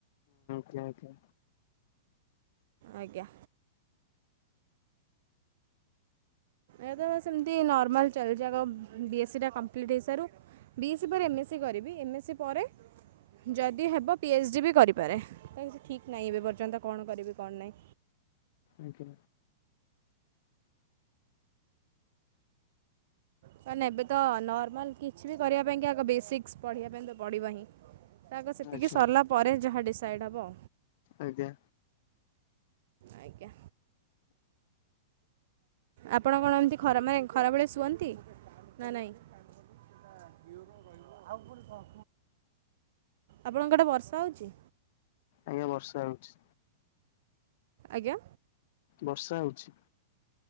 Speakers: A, on the left; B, on the right.
A: କିଏ ଆସିଥିଲା?
B: ଆଜ୍ଞା। ଏବେ ତ ସେମିତି ନର୍ମାଲ ଚାଲିଛି ଆଗ ବି ଏସ୍ ସି ଟା କମ୍ପ୍ଲିଟ୍ ହେଇସାରୁ ବି ଏସ୍ ସି ପରେ ଏମ ଏସ୍ ସି କରିବି ଏମ‌ ଏସ୍ ସି ପରେ ଯଦି ହେବ ପି ଏଚ୍ ଡି ବି କରିପାରେ, ‌ସେମିତି ଠିକ୍ ନାହିଁ ଏବେ ପର୍ଯ୍ୟନ୍ତ କଣ କରିବି କଣ ନାଇଁ।
A: ଆଜ୍ଞା
B: ମାନେ ଏବେ ତ ନର୍ମାଲ କିଛି ବି କରିବା ପାଇଁ କି ଆଗ ବେସିକ୍ସ ପଢ଼ିବା ପାଇଁ ତ ପଡ଼ିବ ହିଁ। ଆଗ ସେତିକି
A: ଆଜ୍ଞା
B: ସରିଲା ପରେ ଯାହା ଡିସାଇଡ୍ ହବ।
A: ଆଜ୍ଞା।
B: ଆଜ୍ଞା। ଆପଣ କଣ ଏମିତି ଖରା ମାନେ ଖରାବେଳେ ଶୁଅନ୍ତି ନା ନାଇଁ? ଆଉ ଭୁଲ୍ କଣ? ଆପଣଙ୍କ ଆଡେ ବର୍ଷା ହଉଛି?
A: ଆଜ୍ଞା ବର୍ଷା ହେଉଛି।
B: ଆଜ୍ଞା?
A: ବର୍ଷା ହଉଛି।